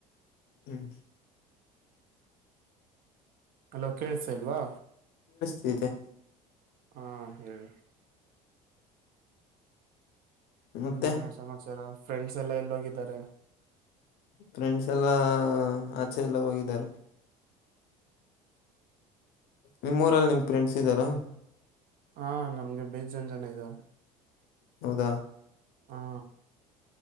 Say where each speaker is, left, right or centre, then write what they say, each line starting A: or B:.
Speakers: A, on the left; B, on the right.
A: ಹ್ಮ್
B: ಅಲೋ ಕೇೇಳಸಲ್ವಾ
A: ಇತೆ
B: ಹಾ ಹೇಳ
A: ಮತ್ತೆ
B: ಇನ್ನೇನ ಸಮಾಚಾರ ಫ್ರೆಂಡ್ಸ್ ಎಲ್ಲಾ ಎಲ್ಲಿೋಗಿದ್ದಾರೆ
A: ಫ್ರೆಂಡ್ಸ್ ಎಲ್ಲಾ ಆಚೆ ಎಲ್ಲ ಹೋಗಿದ್ದಾರೆ ನಿಮ್ಮ ಊರಲ್ಲಿ ನಿಮ್ ಫ್ರೆಂಡ್ಸ್ ಇದ್ದಾರಾ
B: ಹಾ ನಮ್ಗೆ ಬೇಜ ಜನ ಜನ ಇದ
A: ಹದ
B: ಹಾ